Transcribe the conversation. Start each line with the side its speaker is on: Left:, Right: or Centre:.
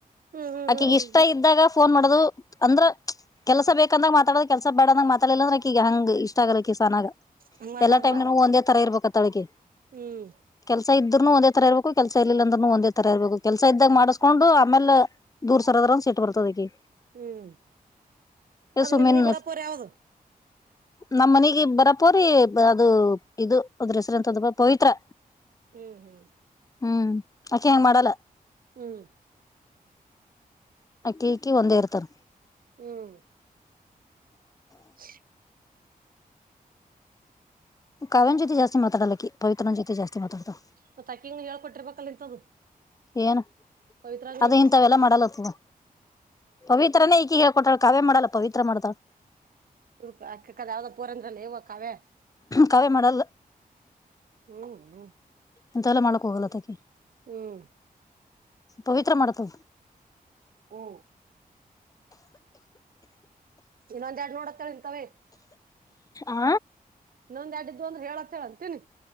Right: ಹ್ಮ್ ಹ್ಮ್
Left: ಆಕಿ
Right: ಹ್ಮ್ ಹ್ಮ್
Left: ಇಷ್ಟಾ
Right: ಹ್ಮ್
Left: ಇದ್ದಾಗ ಫೋನ್ ಮಾಡೋದು ಅಂದ್ರ ಕೆಲ್ಸ ಬೇಕಂದಾಗ ಮಾತಾಡೋ ಕೆಲ್ಸ ಬೇಡ ಅಂದಂಗ ಮಾತಾಲಿಲ್ಲ ಅಂದ್ರ ಈಗ ಹಂಗ ಇಷ್ಟ ಇಷ್ಟ ಆಗಲ್ ಸಹನಾಗಎಲ್ಲ
Right: ಹಂಗ್ ಮಾಡ್ಬಾರ್ದವ
Left: ಟೈಮ್ ನಾಗು ಒಂದೇ ತರ ಇರ್ಬೇಕ ಅಂತಾಳಕಿ
Right: ಹ್ಮ್
Left: ಕೆಲ್ಸಾ ಇದ್ರೂ ಒಂದ ತರಬೇಕು ಕೆಲಸ ಇಲ್ ಅಂದ್ರೂ ಒಂದೇ ತರಾ ಇರಬೇಕು ಕೆಲಸ ಇದ್ದಾಗ ಮಾಡಸ ಕಕೊಂಡು ಆಮೇಲೆ ದೂರ್ ಸರ್ದ್ರ ಅಂದ್ರ ಸೀಟ್ ಬರ್ತದ ಆಕಿಗಿ
Right: ಹ್ಮ್ ಅದು
Left: ಸುಮ್ಮಿನ್
Right: ನಿಮ್ಮ ನೀಮ್ಮ ಬರತ್ತರ ಯಾವ್ದ
Left: ನಮ್ಮ್ ಮನಗೆ ಬರಪೋರಿ ಅದು ಇದು ಅದ್ರ ಹೆಸರು ಅಂತದ ಪವಿತ್ರಾ
Right: ಹ್ಮ್ ಹ್ಮ್
Left: ಹ್ಮ್ ಆಕೆ ಹಂಗ ಮಾಡಲ್ಲ
Right: ಹ್ಮ್
Left: ಅಕ್ಕಿ ಇಕ್ಕಿ ಒಂದೇ ಇರ್ತಾರ
Right: ಹ್ಮ್ ಇಲ್ಲ
Left: ಕಾವ್ಯ ನ್ ಜೊತಿ ಜಾಸ್ತಿ ಮಾತಾಡಲಕ್ಕಿ ಪವಿತ್ರನ ಜೊತೆ ಜಾಸ್ತಿ ಮಾತಾಡ್ತಳ
Right: ಮತ್ತ ಅಕ್ಕಿಗ್ನು ಹೇಳ್ಕೊಟ್ಟಿರ್ಬೇಕಲ್ ಇಂತದ್ದು
Left: ಏನು
Right: ಪವಿತ್ರಾಗನು
Left: ಅದ ಇಂಥವೆಲ್ಲ ಮಾಡಲ್ಲತ್ತದ ಪವಿತ್ರನೇ ಈಕಿ ಹೇಳ್ಕೊಟ್ಟಾಳ ಕಾವ್ಯ ಮಾಡಲ್ಲ ಪವಿತ್ರ ಮಾಡ್ತಾಳ
Right: ಇ ಅಕಕ್ಕದ ಯಾವ್ದ ಪೋರಿ ಅಂದ್ರಲ್ಲ ಎವ್ವ ಕಾವ್ಯಾ
Left: ಕಾವೇ ಮಾಡಲ್ಲ
Right: ಹ್ಮ್ ಹ್ಮ್
Left: ಎಂತವೆಲ್ಲಾ ಮಾಡಕ್ ಹೋಗಲ್ಲತಕೀ
Right: ಹ್ಮ್
Left: ಪವಿತ್ರ ಮಾಡ್ತದ
Right: ಹ್ಮ್ ಇನ್ನೊಂದ ಎರಡ್ ನೋಡ್ತ್ ಇತ್ತಾವೆ
Left: ಆ
Right: ಇನ್ನೊಂದ ಎಡ್ ಇದೂ ಅಂದ್ರೆ ಹೇಳತ್ತ ಹೇಳಂತೀನಿ